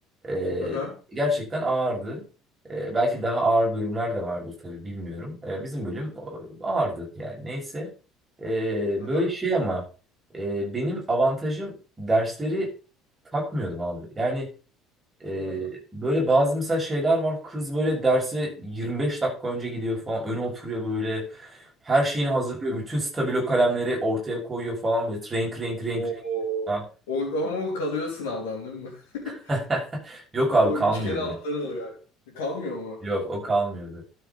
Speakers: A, on the right (about 25°); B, on the left (about 65°).
A: e,
B: Aha.
A: gerçekten ağırdı. E, belki
B: Hı.
A: daha ağır bölümler de vardır tabii bilmiyorum. E, bizim bölüm o- ağırdı yani neyse. E,
B: Aha.
A: böyle şey ama e, benim avantajım dersleri takmıyordum abi. Yani ee,
B: Hı.
A: böyle bazı mesela şeyler var. Kız böyle derse 25 dakika önce gidiyor falan. Öne oturuyor böyle. Her şeyini hazırlıyor.
B: Hı.
A: Bütün stabilo kalemleri ortaya koyuyor falan böyle. Renk renk renk. renk.
B: O,
A: Ha.
B: o, o- ama o kalıyor sınavdan değil mi? <laughs>
A: <laughs> Yok abi
B: O
A: kalmıyor
B: üç kere
A: benim.
B: alttan alıyor. yani. Kalmıyor mu?
A: Yok o kalmıyordu.